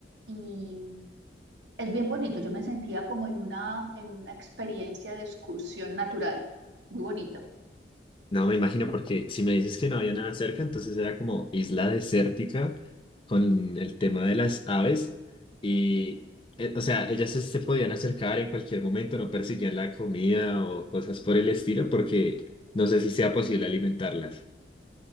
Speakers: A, on the right (about 85°); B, on the left (about 30°).
A: y es bien bonito, yo me sentía como en una, en una experiencia de excursión natural, muy bonito.
B: No me imagino, porque si me dices que no había nada cerca, entonces era como isla desértica con el tema de las aves. Y, eh, o sea, ellas se, se podían acercar en cualquier momento, no perseguían la comida o cosas por el estilo, porque no sé si sea posible alimentarlas.